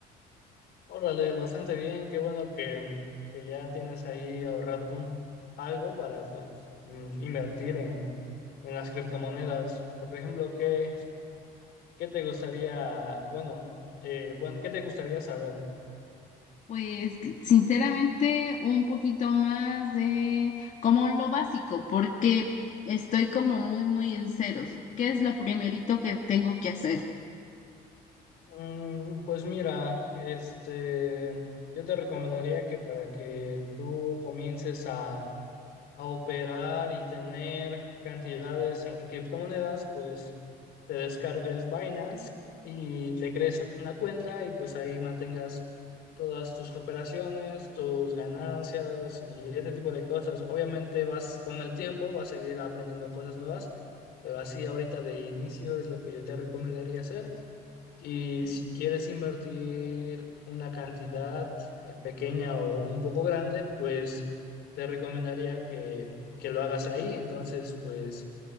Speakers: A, on the left (about 75°); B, on the left (about 45°).
A: Órale, bastante bien. Qué bueno que, que ya tienes ahí ahorrado algo para pues mm, invertir en, en las criptomonedas. Por ejemplo, ¿qué, qué te gustaría, bueno, eh, bueno, ¿qué te gustaría saber?
B: Pues sinceramente un poquito más de como lo básico, porque estoy como muy, muy en ceros. ¿Qué es lo primerito que tengo que hacer?
A: Mm, pues mira, este, yo te recomendaría que para que tú comiences a a operar y tener cantidades en criptomonedas, pues te descargues Binance y te crees una cuenta y pues ahí mantengas todas tus operaciones, tus ganancias y ese tipo de cosas. Obviamente vas con el tiempo, vas a seguir aprendiendo cosas nuevas, pero así ahorita de inicio es lo que yo te recomendaría hacer. Y si quieres invertir una cantidad eh, pequeña o un poco grande, pues te recomendaría que, que lo hagas ahí. Entonces, pues